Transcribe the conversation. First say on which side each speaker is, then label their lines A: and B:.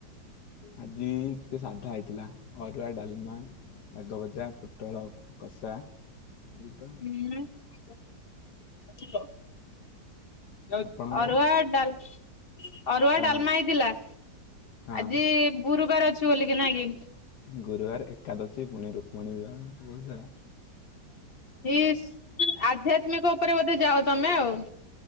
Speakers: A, on the left; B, on the left.
A: ଆଜି ଟିକେ ସାଧା ହେଇଥିଲା ଅରୁଆ ଡାଲମା ଶାଗ ଭଜା ପୋଟଳ କଷା ଏଇ ତ
B: ହୁଁ। <inaudible>
A: ଆପଣଙ୍କର?
B: ଅରୁଆ ଡାଲ ଅରୁଆ
A: ହଁ
B: ଡାଲମା ହେଇଥିଲା
A: ହଁ
B: ଆଜି ଗୁରୁବାର ଅଛି ବୋଲିକି ନାଁ କି।
A: ଗୁରୁବାର ଏକାଦଶୀ ପୁଣି ରୁକ୍ମଣୀ ବିବାହ ବହୁତ ସାରା।
B: ଇସ୍ ଆଧ୍ୟାତ୍ମିକ ଉପରେ ବୋଧେ ଯାଅ ତମେ ଆଉ।